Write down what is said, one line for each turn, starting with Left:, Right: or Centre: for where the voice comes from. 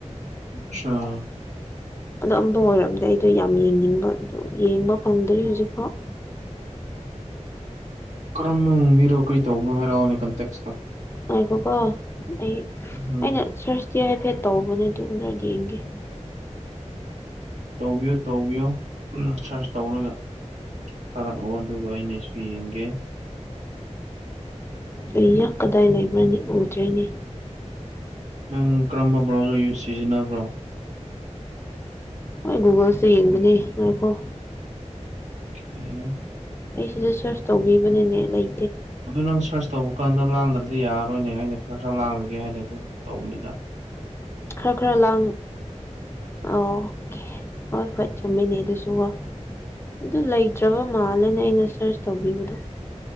Right: ꯑꯆꯥꯥ
Left: ꯑꯗꯣ ꯑꯃꯝꯕ ꯑꯣꯏꯔꯝꯗ ꯑꯩꯗꯣ ꯌꯥꯝ ꯌꯦꯡꯅꯤꯡꯕ ꯑꯗꯨ ꯌꯦꯡꯕ ꯐꯪꯗ꯭ꯔꯤ ꯍꯧꯖꯤꯛꯐꯥꯎ ꯎ
Right: ꯀꯔꯝꯕ ꯎꯡꯕꯤꯔꯣ ꯀꯩ ꯇꯧꯕ꯭ꯔꯣ ꯍꯥꯏꯔꯛꯑꯣꯅꯦ ꯀꯟꯇꯦꯛꯁꯇ <unintelligible>
Left: ꯉꯥꯏꯈꯣꯀꯣ ꯑꯩ
Right: ꯎꯝ
Left: ꯑꯩꯅ ꯁꯔꯁ ꯆꯦ ꯍꯥꯏꯐꯦꯠ ꯇꯧꯕꯅꯦ ꯑꯗꯨꯝꯗ꯭ꯔ ꯌꯦꯡꯒꯦ
Right: ꯇꯧꯕꯤꯌꯣ ꯇꯧꯕꯤꯌꯣ ꯁꯥꯔꯁ ꯇꯧꯔꯒ ꯊꯥꯔꯛꯑꯣ ꯑꯗꯨꯒ ꯑꯩꯅꯁꯨ ꯌꯦꯡꯒꯦ
Left: ꯑꯏꯌꯥ ꯀꯗꯥꯏ ꯂꯩꯕꯔꯅꯤ ꯎꯗꯦꯅꯦ
Right: ꯅꯪ ꯀꯔꯝꯕ ꯕ꯭ꯔꯥꯎꯖꯔ ꯁꯤꯖꯤꯟꯅꯕ꯭ꯔꯣ
Left: ꯍꯣꯏ ꯒꯨꯒꯜꯁꯦ ꯌꯦꯡꯕꯅꯦ ꯉꯣꯏꯈꯣ
Right: ꯎꯝ
Left: ꯑꯩ ꯁꯤꯗ ꯁꯔꯁ ꯇꯧꯕꯤꯕꯅꯦꯅꯦ ꯂꯩ
Right: ꯑꯗꯨ ꯅꯪ ꯁꯥꯔꯁ ꯇꯧꯕ ꯀꯥꯟꯗ ꯂꯥꯡꯗ꯭ꯔꯗꯤ ꯌꯥꯔꯔꯣꯏꯅꯦ ꯑꯩꯅ ꯈꯔ ꯈꯔ ꯂꯥꯡꯃꯤꯒꯦ ꯍꯥꯏꯅ ꯑꯗꯨꯝ ꯇꯧꯕꯅꯤꯗ
Left: ꯈꯔ ꯈꯔ ꯂꯥꯡ ꯑꯣꯀꯦ ꯍꯣꯏ ꯍꯣꯏ ꯆꯨꯝꯃꯤꯅꯤ ꯑꯗꯨꯁꯨꯀꯣ ꯑꯗꯨ ꯂꯩꯇ꯭ꯔꯕ ꯃꯥꯜꯂꯦꯅ ꯑꯩꯅ ꯁꯔꯁ ꯇꯧꯕꯤꯕꯗꯣ